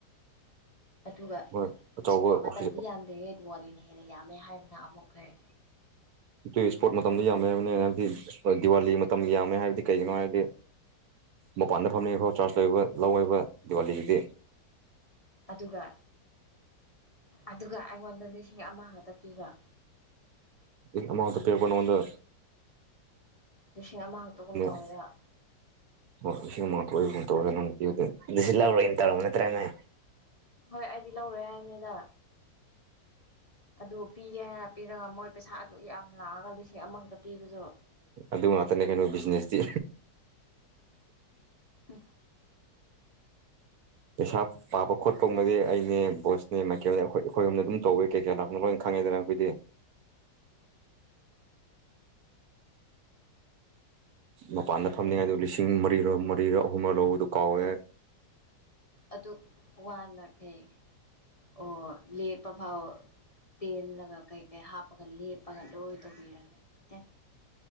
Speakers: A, on the left (about 50°); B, on the right (about 65°).
A: ꯑꯗꯨꯒ
B: ꯍꯣꯏ ꯑꯆꯧꯕ
A: ꯏꯁ꯭ꯄꯣꯔꯠ
B: ꯑꯣꯐꯤꯁ
A: ꯃꯇꯝꯗꯤ ꯌꯥꯝꯗꯦ ꯗꯤꯋꯥꯂꯤꯅ ꯍꯦꯟꯅ ꯌꯥꯝꯃꯦ ꯍꯥꯏꯕꯅ ꯑꯃꯨꯛ ꯀꯔꯤ
B: ꯇꯨ ꯏꯁꯄꯣꯔꯠ ꯃꯇꯝꯗ ꯌꯥꯝꯃꯦ ꯍꯥꯏꯕꯅꯤꯅ ꯍꯥꯏꯕꯗꯤ ꯗꯤꯋꯥꯂꯤ ꯃꯇꯝ ꯌꯥꯝꯃꯦ ꯍꯥꯏꯕꯗꯤ ꯀꯩꯒꯤꯅꯣ ꯍꯥꯏꯔꯗꯤ ꯃꯄꯥꯟꯗ ꯐꯝꯅꯤꯡꯐꯥꯎ ꯆꯥꯔꯆ ꯂꯩꯕ ꯂꯧꯋꯦꯕ ꯗꯤꯋꯥꯂꯤꯒꯤꯗꯤ
A: ꯑꯗꯨꯒ ꯑꯗꯨꯒ ꯑꯩꯉꯣꯟꯗ ꯂꯤꯁꯤꯡ ꯑꯃ ꯈꯛꯇ ꯄꯤꯕ
B: ꯂꯤꯁꯤꯡ ꯑꯃ ꯈꯛꯇ ꯄꯤꯔꯛꯄ ꯅꯪꯉꯣꯟꯗ
A: ꯂꯤꯁꯤꯡ ꯑꯃꯈꯛꯇꯒꯨꯝ ꯇꯧꯋꯦꯗ
B: <unintelligible> ꯑꯣ ꯏꯁꯤꯡ <unintelligible> ꯇꯧꯔꯤ ꯑꯗꯨꯁꯨ ꯂꯧꯔꯣꯏꯅ ꯇꯧꯔꯝꯕ ꯅꯠꯇ꯭ꯔꯥ ꯅꯪ
A: ꯍꯣꯏ ꯑꯩꯗꯤ ꯂꯧꯔꯣꯏ ꯍꯥꯏꯅꯤꯗ ꯑꯗꯨ ꯄꯤꯒꯦ ꯍꯥꯏꯅ ꯄꯤꯔꯒ ꯃꯣꯏ ꯄꯩꯁꯥ ꯑꯗꯨꯛ ꯌꯥꯝ ꯂꯥꯛꯑꯒ ꯂꯤꯁꯤꯡ ꯑꯃꯈꯛꯇ ꯄꯤꯕꯗꯨ
B: ꯑꯗꯨ ꯉꯥꯛꯇꯅꯦ ꯀꯩꯅꯣ ꯕꯤꯖꯤꯅꯦꯁꯇꯤ
A: ꯍꯨꯝ
B: ꯄꯩꯁꯥꯞ ꯄꯥꯕ ꯈꯣꯠꯄꯒꯨꯝꯕꯗꯤ ꯑꯩꯅꯦ ꯕꯣꯁꯅꯦ ꯃꯥꯏꯀꯦꯜꯅꯦ ꯑꯩꯈꯣꯏꯍꯨꯝꯅ ꯑꯗꯨꯝ ꯇꯧꯋꯦ ꯀꯩ ꯀꯌꯥ ꯂꯥꯛꯅꯣ ꯂꯣꯏꯅ ꯈꯪꯉꯦꯗꯅ ꯑꯩꯈꯣꯏꯗꯤ ꯃꯄꯥꯟꯗ ꯐꯝꯅꯤꯉꯥꯏꯗ ꯂꯤꯁꯤꯡ ꯃꯔꯤꯔ ꯃꯔꯤꯔ ꯑꯍꯨꯝꯔ ꯂꯧꯕꯗꯨ ꯀꯥꯎꯋꯦ
A: ꯑꯗꯨꯛ ꯋꯥꯅ ꯀꯩ ꯑꯣ ꯂꯦꯞꯄꯐꯥꯎ ꯇꯦꯜꯂꯒ ꯀꯩ ꯀꯩ ꯍꯥꯞꯄꯒ ꯂꯦꯞꯄꯒ ꯂꯣꯏ ꯇꯧꯕꯤꯔꯒꯦ ꯑꯦ